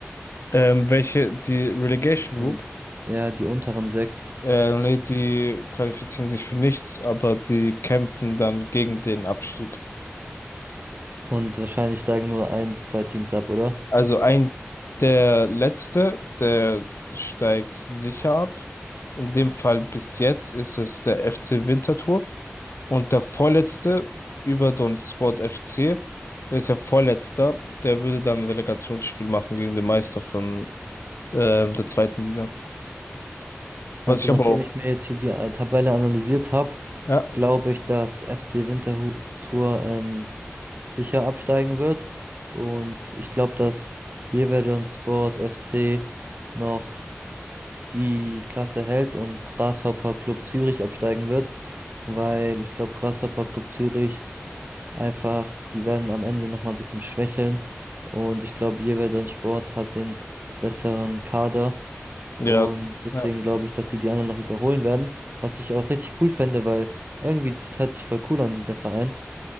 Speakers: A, on the left; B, on the right.
A: Ähm, welche, die Relegation
B: Also,
A: Group,
B: ja, die unteren sechs.
A: äh, nee, die qualifizieren sich für nichts, aber die kämpfen dann gegen den Abstieg.
B: Und wahrscheinlich steigen nur ein bis zwei Teams ab, oder?
A: Also ein, der letzte, der steigt sicher ab. In dem Fall bis jetzt ist es der FC Winterthur. Und der vorletzte über Don Sport FC, der ist ja vorletzter, der würde dann ein Relegationsspiel machen gegen den Meister von ähm, der zweiten Liga. Was
B: Also
A: ich
B: nachdem
A: aber auch.
B: ich mir jetzt hier die äh, Tabelle analysiert habe,
A: Ja,
B: glaube ich, dass FC Winterthur ähm, sicher absteigen wird. Und ich glaube, dass Jeverdon Sport FC noch die Klasse hält und Grasshopper Club Zürich absteigen wird, weil ich glaube, Grasshopper Club Zürich einfach, die werden am Ende nochmal ein bisschen schwächeln und ich glaube, Jeweldon Sport hat den besseren Kader und
A: ja,
B: deswegen
A: ja.
B: glaube ich, dass sie die anderen noch überholen werden, was ich auch richtig cool fände, weil irgendwie das hört sich voll cool an, dieser Verein.